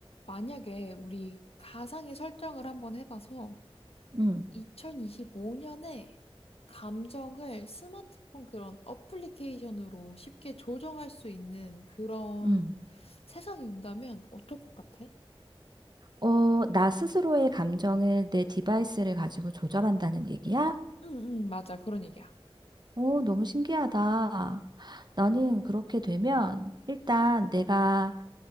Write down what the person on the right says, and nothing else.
음,
음.
어, 나 스스로의 감정을 내 디바이스를 가지고 조절한다는 얘기야?
오, 너무 신기하다. 나는 그렇게 되면 일단 내가